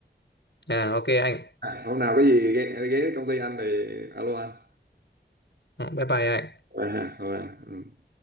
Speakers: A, on the left; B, on the right.
A: à ok anh
B: à, hôm nào có gì ghé, ghé công ty anh thì alo anh
A: bye bye anh
B: vậy hả rồi, ừ.